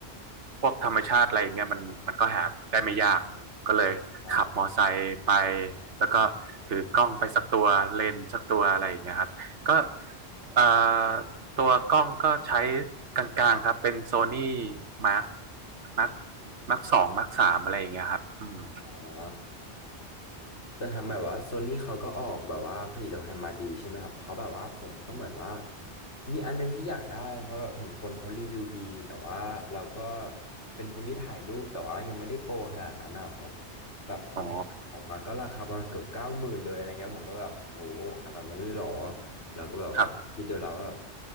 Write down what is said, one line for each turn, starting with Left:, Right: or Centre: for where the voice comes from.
Right: พวกธรรมชาติอะไรอย่างเงี้ยมันมันก็หาได้ไม่ยากก็เลยขับมอไซค์ไป
Left: ใช่
Right: แล้วก็ถือกล้องไปสักตัวเลนส์สักตัวอะไรอย่างเงี้ยครับก็เอ่อตัวกล้องก็ใช้กลางๆครับเป็นโซนี่มาร์คมาร์คมาร์คสองมาร์คสามอะไรอย่างเงี้ยครับอืม
Left: อ่า แต่ทางแบบว่าโซนี่เขาก็ออกแบบว่าผลิตภัณฑ์มาดีใช่ไหมครับเพราะแบบว่าผมก็เหมือนว่ามีอันนึงที่อยากได้เพราะแบบเห็นคนเขารีวิวดีแต่ว่าเราก็เป็นคนที่ถ่ายรูปแต่ว่ายังไม่ได้โปรขนาดนั้นนะผมแบบผมเห็นมันออกมาก็ราคาประมาณเกือบเก้าหมื่นเลยอะไรเงี้ยผมก็แบบโหขนาดนั้นเลยเหรอ
Right: อ๋อ
Left: เราก็แบบว่าคิดดูแล้วว่าแบบ
Right: ครับ